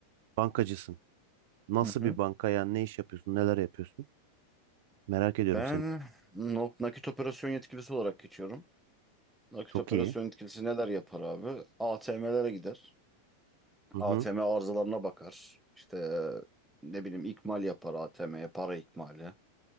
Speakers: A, on the right (about 50°); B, in the centre.
A: Bankacısın. Nasıl
B: Hı hı.
A: bir banka yani? Ne iş yapıyorsun? Neler yapıyorsun? Merak ediyorum
B: Ben
A: seni.
B: no- nakit operasyon yetkilisi olarak geçiyorum. Nakit
A: Çok
B: operasyon
A: iyi.
B: yetkilisi neler yapar abi? ATM'lere gider.
A: Hı hı.
B: ATM arızalarına bakar. İşte e, ne bileyim ikmal yapar ATM'ye para ikmali.